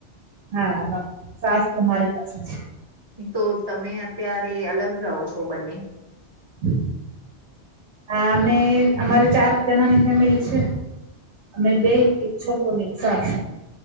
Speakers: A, on the right (about 80°); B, on the right (about 25°).
A: હા બાપુ સાસ તો મારી પાસે છે.
B: તો તમે અત્યારે અલગ રહો છો બંને
A: હ આ અમે અમારી ચાર જણાની ફેમિલી છે. અમે બે ઈક છોકરો અને એક સાસ